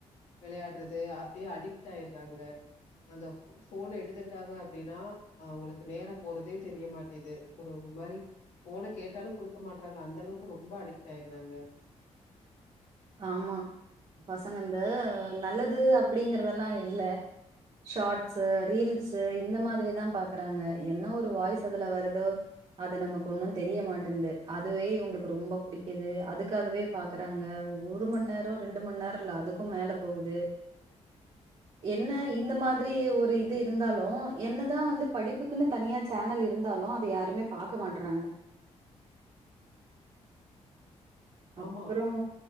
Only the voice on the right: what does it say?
ஆமா பசங்க இந்த நல்லது அப்டிங்கறதெல்லா இல்ல ஷார்ட்ஸ்ஸு ரீல்ஸ்ஸு இந்த மாதிரிதா பாக்குறாங்க என்ன ஒரு வாய்ஸ் அதுல வருதோ அது நமக்கு ஒன்னு தெரியமாட்டேன்து அதுவே இவுங்களுக்கு ரொம்ப புடிக்குது அதுக்காகவே பாக்குறாங்க ஒரு மண் நேரோ ரெண்டு மண் நேரோ இல்ல அதுக்கும் மேல போகுது என்ன இந்த மாதிரி ஒரு இது இருந்தாலு என்னதா வந்து படிப்புக்குன்னு தனியாச்சு சேனல் இருந்தாலு அத யாருமே பாக்க மாட்றாங்க அப்புறம்